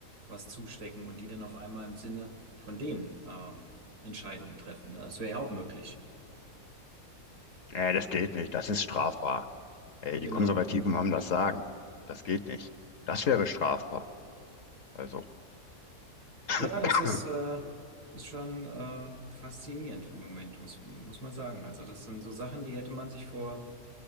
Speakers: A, on the right; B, on the left.
A: was zustecken und die dann auf einmal im Sinne von denen ähm, Entscheidungen treffen. ne? Das wäre ja auch möglich.
B: äh, das geht nicht, das ist strafbar. Ey, die
A: Genau.
B: Konservativen haben das Sagen. Das geht nicht. Das wäre strafbar. Also,
A: Ja,
B: <clears throat>
A: das ist, äh, ist schon äh, faszinierend im Moment, muss, muss man sagen. Also das sind so Sachen, die hätte man sich vor